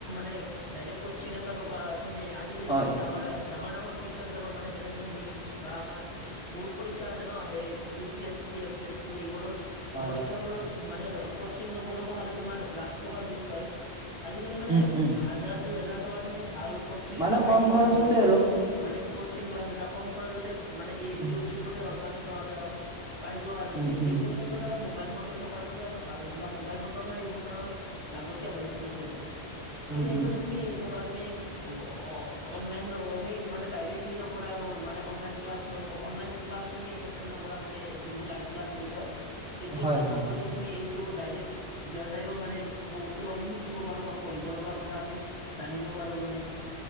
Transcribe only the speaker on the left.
মে ডাইৰেক্ট কচিংট ল'বা তুমি আজিকালি
বহুত ডাঙৰ ডাঙৰ ডাঙৰ পৰীক্ষা গিলাকৰ মানে যেনেকে নিটছ বা আমাৰ বহুত পৰীক্ষা আছে ন সেই U P S C, A P S C এইবোৰৰ
পৰীক্ষাবোৰৰ মানে কচিং ল'ব লগা হ'লে তোমাৰ লাখ টকা ফিচ লয়। আজিকালি মানে
হাজাৰ দুই হাজাৰ টকাত তুমি ভাল কচিং
এটা পাই
যোৱা
আৰু মানে ক মানে কচিং ক্লাছ এটা কম খৰচতে মানে ই
ইউটিউবতে হওঁক বা কিবাহতে হওঁক পাই যোৱা আৰু
তুমি
সেইবোৰ ক্ষেত্ৰত আৰু মোবাইল ফোনটো থকাৰ বাবে আমাৰ ভাল হৈছে বা মোবাইল ফোনটো আমাৰ সেইবোৰ কাৰণত লাগতিয়াল হৈ পৰিছে আৰু
ঠিক সেইদৰে
তুমি চাবা তুমি, অ' অ' অনলাইন সেই মানে ডাইৰেক্ট হে নকৰা আৰু মানে অনলাইন ক্লাছ ন অনলাইন ক্লাছ তুমি এতেন নকৰা মানে যোনটো লাইফ ক্লাছ বুলি কয়, সেইটো
এতেন
নকৰিলে তুমি এইটো ডাইৰেক্ট গিয়া চাইও মানে বহুতো আমি শিকিব পাৰোঁ বা পঢ়িব লগা কথা আমি জান জানিব পাৰোঁ মানে